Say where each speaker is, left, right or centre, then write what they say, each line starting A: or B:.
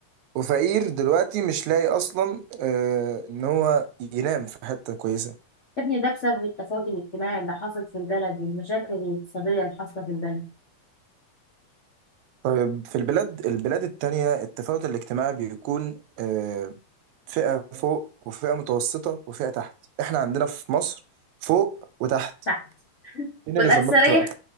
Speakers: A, on the right (about 80°); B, on the left (about 55°).
A: وفقير دلوقتي مش لاقي اصلا آه ان هو ينام في حته كويسه
B: يا ابني ده بسبب التفاوت الاجتماعي اللي حصل في البلد والمشاكل الاقتصادية اللي حاصلة في البلد
A: طيب في البلاد البلاد التانية التفاوت الاجتماعي بيكون آه فئه فوق وفئه متوسطه وفئه تحت احنا عندنا في مصر فوق وتحت
B: تحت
A: مين
B: والأكثرية
A: اللي في النص بقى